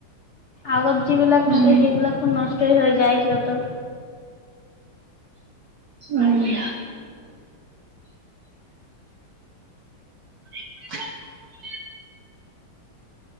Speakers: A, on the left; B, on the right.
A: আগত যিবিলাক
B: উম
A: থাকে সেইবিলাক টো নষ্টই হৈ যায় সিহঁতৰ।
B: উমঁ। <unintelligible>